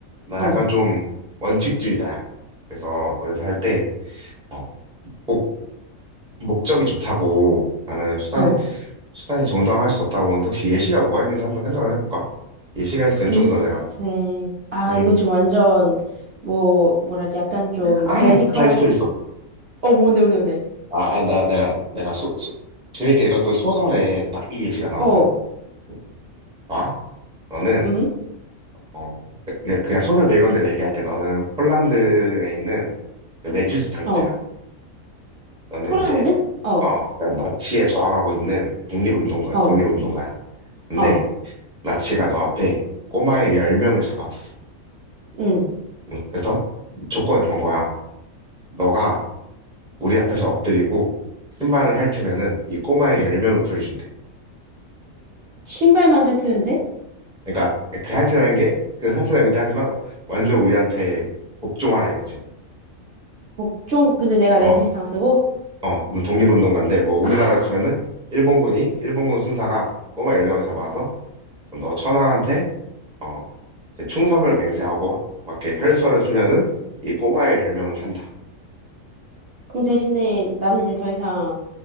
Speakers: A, in the centre; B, on the right.
A: 나 약간
B: 어,
A: 좀 원칙주의자야. 그래서 어디서 할 때, 어, 꼭 목적이 좋다고 나는 수단이,
B: 어.
A: 수단이 정당할 수 없다고 하는데 혹시 예시가 뭐가 있는지 한번 생각을 해볼까? 예시가 있으면
B: 글쎄,
A: 좀 더 내가,
B: 아,
A: 음,
B: 이거 좀 완전, 뭐, 뭐라지, 약간 좀,
A: 아,
B: 레디컬하게.
A: 나 있어, 있어.
B: 어, 뭔데, 뭔데, 뭔데.
A: 아, 아, 나, 내가, 내가 소, 소- 재밌게 읽었던 소설에 딱 이 예시가 나오거든.
B: 어,
A: 음. 봐, 너는,
B: 응,
A: 어, 그냥 그냥 소설 배경대로 얘기할게. 너는 폴란드에 있는 그 레지스탕스야.
B: 어.
A: 저는
B: 폴란드?
A: 이제
B: 어,
A: 어 나- 나치에 저항하고 있는 독립운동가
B: 어,
A: 독립운동가야. 근데
B: 어,
A: 나치가 너 앞에 꼬마의 열 명을 잡아왔어.
B: 응.
A: 응, 그래서 조건을 건 거야. 너가 우리 앞에서 엎드리고 신발을 핥으면은 이 꼬마의 열 명을 구해준대.
B: 신발만 핥으면 돼?
A: 그러니까 그 핥으라는 게 그 핥으라고도 하지만 완전 우리한테 복종하라 이거지.
B: 복종? 근데 내가
A: 어,
B: 레지스탕스고?
A: 어, 넌 독립운동가인데 뭐 우리나라로
B: 아.
A: 치면은 일본군이 일본군 순사가 꼬마 열 명을 잡아와서 너 천황한테 어, 이제 충성을 맹세하고 막 이렇게 혈서를 쓰면은 이 꼬마의 열명은 산다.
B: 그럼 대신에 나는 이제 더 이상